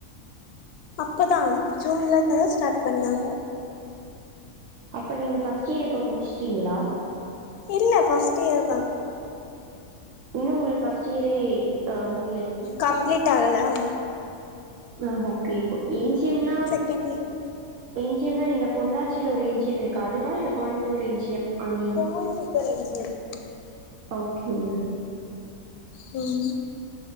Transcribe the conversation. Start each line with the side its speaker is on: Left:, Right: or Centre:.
Left: அப்பதா ஜூன்ல இருந்து தா ஸ்டார்ட் பண்ணாங்க
Right: அப்ப நீங்க ஃபஸ்ட் இயர் இப்ப முடிச்ட்டீங்ளா
Left: இல்ல ஃபர்ஸ்ட் இயர் தா
Right: இன்னு உங்களுக்கு பஃர்ஸ்ட் இயரே ஆ முடியலையா
Left: கம்ப்ளீட் ஆகல ஆமா
Right: ஆ ஓகே என் ஜி எம் ன்னா
Left: எம் பி ஏ ல
Right: என் ஜி எம் னா நீங்க பொள்ளாச்சில ஒரு என் ஜி எம் இருக்கு அதுவா இல்ல கோயம்புத்தூர் என் ஜி எம் அங்கயா
Left: கோயம்புத்தூர் என் ஜி எம்
Right: ஓகேங்க
Left: ம்